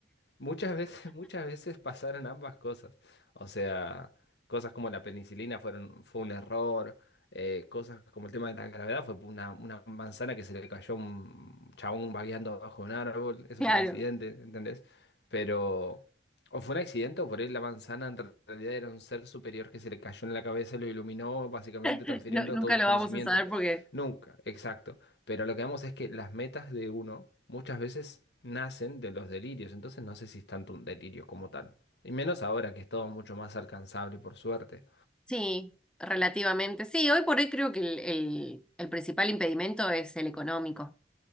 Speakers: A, on the left; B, in the centre.
A: Muchas veces, <laughs> muchas veces pasaron ambas cosas. O sea, cosas como la penicilina fueron, fue un error, eh, cosas como el tema de la gravedad fue una, una manzana que se le cayó a un chabón vagueando bajo un árbol, eso
B: <laughs> Claro.
A: fue un accidente, ¿entendés? Pero, o fue un accidente o por ahí la manzana en realidad era un ser superior que se le cayó en la cabeza y lo iluminó, básicamente
B: <laughs>
A: transfiriendo
B: No, nunca
A: todos sus
B: lo
A: conocimientos.
B: vamos a saber porque
A: Nunca, exacto. Pero lo que vemos es que las metas de uno muchas veces nacen de los delirios, entonces no sé si es tanto un delirio como tal. Y menos ahora que es todo mucho más alcanzable, por suerte.
B: sí, relativamente. Sí, hoy por hoy creo que el, el- el principal impedimento es el económico.